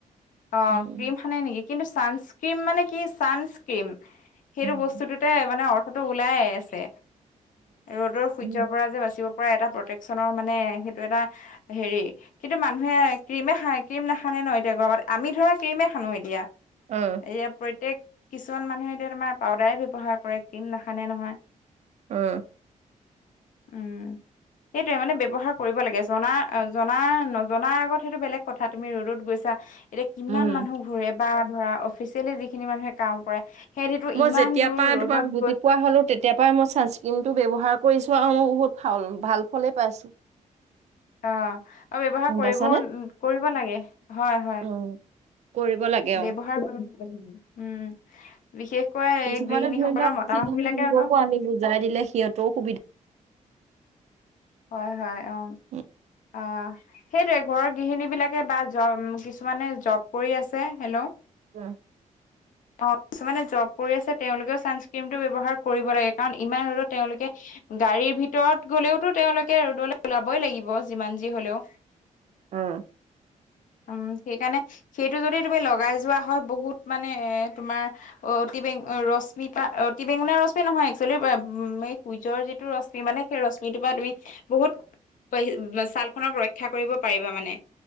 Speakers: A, on the left; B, on the right.
A: অ
B: উম
A: ক্ৰীম হানে নেকি কিন্তু চানস্ক্ৰীম মানে কি চানস্ক্ৰীম সেইটো
B: উম
A: বস্তুটোতে মানে অ অৰ্থটো ওলাই আছে ৰ'দৰ সূৰ্যৰ
B: উম
A: পৰা যে বাচিব পৰা এটা প্ৰটেকশ্যচনৰ মানে সেইটো এটা হেৰি কিন্তু মানুহে ক্ৰীমে খ ক্ৰীম নাহানে ন এতিয়া গৰমত আমি ধৰা ক্ৰীমে হানো এতিয়া এয়া
B: উম,
A: প্ৰত্যয়েক কিছুমান মানুহে এতিয়া তোমাৰ পাউদাৰে ব্যৱহাৰ কৰে ক্ৰীম নাহানে নহয়
B: আহ
A: উম সেইটোয়ে মানে ব্যৱহাৰ কৰিব লাগে জনা জনা নজনাৰ আগত সেইটো বেলেগ কথা তুমি ৰ'দত গৈছা এতিয়া কিমান
B: উম,
A: মানুহ ঘূৰে বা ধৰা অফিচিয়েলি যিখিনি মানুহে কাম কৰে সেইটোতো
B: মই
A: ইমান
B: যেতিয়া
A: দূৰ ৰ'দত
B: তমা বুজি
A: গৈ
B: পোৱা তেতিয়া পৰা মই চানস্ক্ৰীন টো ব্যৱহাৰ কৰিছো আৰু মই বহুত ভাল ভাল ফলে পাইছো
A: অ অ ব্যৱহাৰ কৰিব
B: পাইছানে?
A: কৰিব লাগে হয় হয়।
B: উম, কৰিব লাগে অ।
A: ব্যৱহাৰ কৰিব উম। বিশেষকৈ
B: কিছুমানে
A: এই গৃহিনীসকলৰ
B: ধৰি লোৱা বুজি
A: মতামতবিলাকে
B: নোপোৱাকো
A: আক। <unintelligible>
B: আমি বুজাই দিলে সিহঁতৰো সুবিধা
A: হয় হয় অ
B: উম,
A: আহ। সেইটোয়ে ঘৰৰ গৃহিনীবিলাকে বা জ কিছুমানে জব কৰি আছে, হেল্ল'?
B: উম।
A: অ কিছুমানে জব কৰি আছে তেওঁলোকেও ছানচক্ৰিমটো ব্যৱহাৰ কৰিব লাগে কাৰণ ইমান ৰদত তেওঁলোকে গাড়ীৰ ভিতৰত গলেওতো তেওঁলোকে ৰ'দলৈ ওলাবই লাগিব যিমান যি হলেও।
B: উম।
A: অম। সেই কাৰণে সেইটো যদি তুমি লগাই যোৱা হয় বহুত মানে এ তোমাৰ অ অতি বে অ ৰশ্মিপা অতি বেঙুনিয়া ৰশ্মি নহয় একচুৱেলি বা মে কুইজৰ যিটো ৰশ্মি মানে সেই ৰশ্মিটোৰ পৰা দুই বহুত পা হি ছালখনক ৰক্ষা কৰিব পাৰিবা মানে।